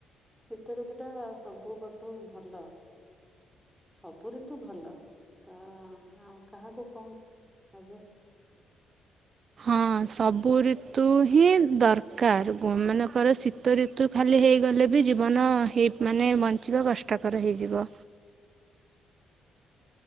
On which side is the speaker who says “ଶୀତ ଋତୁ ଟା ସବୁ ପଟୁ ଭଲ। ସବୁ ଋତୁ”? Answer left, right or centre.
Centre